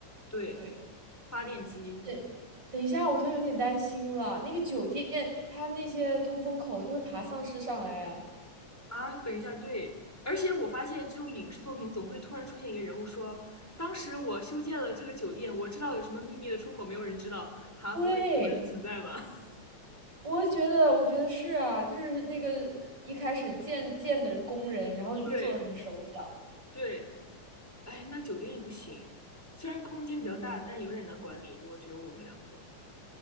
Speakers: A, in the centre; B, on the right.
A: 对，
B: 对。
A: 发电机，
B: 是等一下，我突然有点担心了。那个酒店，它那些通风口就会爬丧尸上来呀、
A: 啊，等一下，对，而且我发现这种影视作品总会突然出现一个人物说，当时我修建了这个酒店，我知道有什么秘密的出口，没有人知道，哈，
B: 对，
A: 不会有这种人存在吧？<laughs>
B: 我觉得，我觉得是啊，就是那个呃一开始建建的工人，然后做了什么手脚，
A: 对对，哎，那酒店也不行，虽然空间比较大，
B: 嗯，
A: 但有点难管理，如果只有我们两个的话，